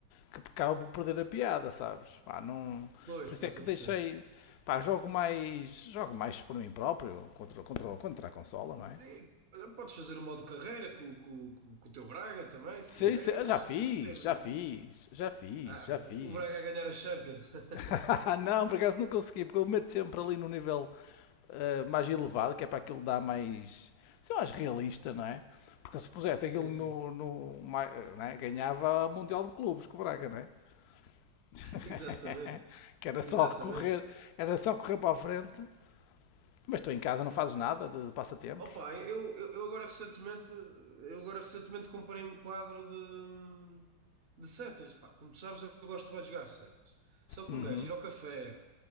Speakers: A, on the left; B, on the right.
A: que acabo por perder a piada, sabes? Pá, não...
B: Pois,
A: Por
B: pois,
A: isso é que
B: eu
A: deixei.
B: percebo.
A: Pá, jogo mais. Jogo mais por mim próprio, contra, contra, contra a consola, não é?
B: Sim, olha, podes fazer o modo carreira com, com, com, com o teu Braga também, se
A: Sei,
B: quiseres.
A: sei, já fiz,
B: Tem-
A: já fiz, já fiz,
B: Ah,
A: já fiz.
B: o Braga a ganhar a Champions. <laughs>
A: <laughs> não, por acaso não consegui, porque eu meto sempre ali no nível eh, mais elevado, que é para aquilo dar mais. sei lá, mais realista, não é? Porque se pusesse
B: Sim,
A: aquilo no.
B: sim.
A: no ma- não é? ganhava o Mundial de Clubes com o Braga, não é? <laughs>
B: Exatamente,
A: que era
B: exatamente.
A: só correr, era só correr para a frente Mas tu em casa não fazes nada de, de passatempos?
B: Opa, eu, eu, eu agora recentemente, eu agora recentemente comprei um quadro de, de setas. Pá, como tu sabes, eu gosto bué de jogar setas. Só que
A: Uhum,
B: um gajo ir ao café,